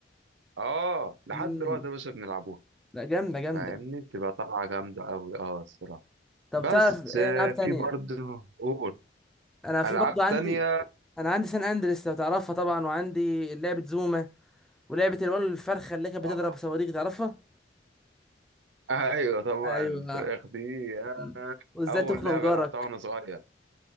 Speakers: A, on the right; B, in the centre.
A: اه لحد
B: امم
A: دلوقتي يا باشا بنلعبوها
B: لا جامده جامده
A: فاهمني بتبقى طلعة جامدة أوي اه الصراحة
B: طب
A: بس
B: تعرف ايه
A: آه،
B: العاب تانية
A: في برضه قول
B: انا في
A: ألعاب
B: برضو عندي
A: تانية
B: انا عندي سان اندريس لو تعرفها طبعا وعندي لعبه زوما ولعبه الولد الفرخه اللي كانت
A: اه
B: بتضرب صواريخ تعرفها
A: ايوه طبعا
B: ايوه
A: الفراخ دي آه،
B: مم. وازاي
A: اول
B: تخنق
A: لعبه
B: جارك
A: لعبتها وانا صغير